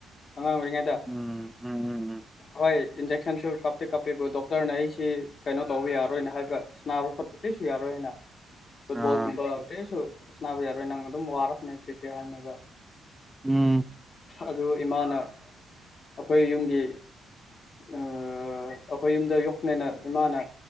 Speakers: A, on the left; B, in the centre.
A: ꯑꯉꯥꯡ ꯑꯣꯏꯔꯤꯉꯩꯗ
B: ꯎꯝ ꯎꯝ
A: ꯍꯣꯏ ꯏꯟꯖꯦꯛꯁꯟꯁꯨ ꯀꯞꯇꯦ ꯀꯥꯞꯄꯦꯕꯨ ꯗꯣꯛꯇꯔꯅ ꯑꯩꯁꯤ ꯀꯩꯅꯣ ꯇꯧꯕ ꯌꯥꯔꯣꯏꯅ ꯍꯥꯏꯕ ꯅꯥꯕ ꯈꯣꯠꯄ ꯀꯔꯤꯁꯨ ꯌꯥꯔꯣꯏꯅ <unintelligible> ꯐꯨꯠꯕꯣꯜꯒꯨꯝꯕ
B: ꯎꯝ ꯎꯝ ꯑꯥ
A: ꯀꯩꯁꯨ ꯁꯥꯟꯅꯕ ꯌꯥꯔꯣꯏ ꯅꯪ ꯑꯗꯨꯝ ꯋꯥꯔꯛꯅꯦ <unintelligible>
B: ꯎꯝ
A: ꯑꯗꯨ ꯏꯃꯥꯅ ꯑꯩꯈꯣꯏ ꯌꯨꯝꯒꯤ ꯑꯥ ꯑꯩꯈꯣꯏ ꯌꯨꯝꯗ ꯌꯣꯛꯄꯅꯦꯅ ꯏꯃꯥꯅ